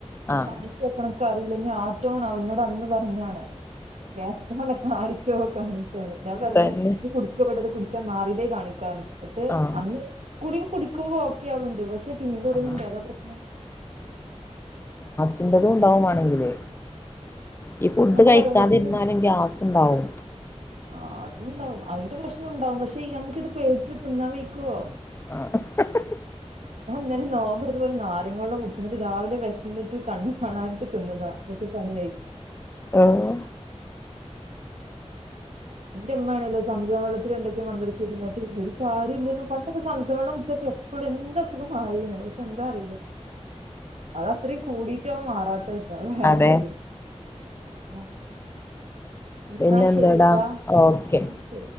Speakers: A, on the left (about 20°); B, on the right (about 75°).
A: ആഹ്
B: കാണിച്ചു വെക്കണക്ക അറിയില്ല ാ ആട്ടോണ അവനോട് അന്ന് പറഞ്ഞാണ് നെ കാണിച്ചോ കാണിച്ചോന്ന് ഞാൻ പറഞ്ഞ
A: തന്നെ
B: ഇത് കുടിച്ചോ കേട്ടത് കുിച്ച ഉച്ച മാറതേ കാണിക്കാന്ന് എന്നട്ട്
A: ആഹ്
B: അന്ന് കുൂടി കുടിക്കുമ്പോ ഓക്കെ ആവണ്ട് പക്ഷെ പിന്നെ തുൊടങ്ങണ്ട
A: ആഹ്
B: അതോ പ്രശ്നം
A: <unintelligible> ഉണ്ടാവുവാണെങ്കില് ഈ ഫുഡ്
B: നിങ്ങൾക്ക്
A: കഴിക്കാതിരുന്നാലും
B: അറിയാം എത്ര
A: ഗ്യാസ് ഉണ്ടാവും
B: ആ അതും ഉണ്ടാവും അതിന്റെ പ്രശ്നംുണ്ടാവും പക്ഷെ ഞമിക്കിത് പേടിച്ചിട്ട് തിന്നാൻ വിക്കുവോ
A: ആ <unintelligible>
B: ഞാൻ ഇന്നലെ നൊമ്പറ്ത്തപോരു നാരങ്ങെള്ളം കുടിച്ച് എന്നിട്ട് രാവിലെ വിശന്നിട്ട് കണ്ണ് കാണാൻ <unintelligible> തിന്നതാ പക്ഷെ പണിയായി <inaudible>
A: ആഹ്
B: എന്റെ ഉമ്മയാണേലോ സമുദാവളത്തിൽ എന്തൊക്കെയൊ മന്ത്രിച്ച് <unintelligible> കാര്യമല്ലന്നും പണ്ടൊക്കെ സംമിച്ചം വെള്ളം കുടിച്ച എപ്പോഴും എന്താസുഖം മാറിന്ന് പക്ഷെ എന്താ അറിയില്ല അതത്രയും കൂടിയിട്ടാവും മാറാത്ത അത് വേറെ
A: അതെ
B: കാര്യം <inaudible> എന്നാ
A: പിന്നെ എന്തേടാ
B: ശരിട്ടാ
A: ഓക്കെ
B: ശരി